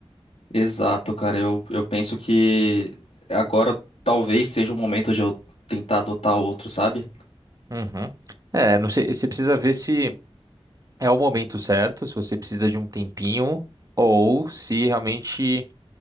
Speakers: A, on the left (about 75°); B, on the right (about 35°).
A: Exato, cara. Eu, eu penso que agora talvez seja o momento de eu tentar adotar outro, sabe?
B: Uhum. É, não sei, você precisa ver se é o momento certo, se você precisa de um tempinho, ou se realmente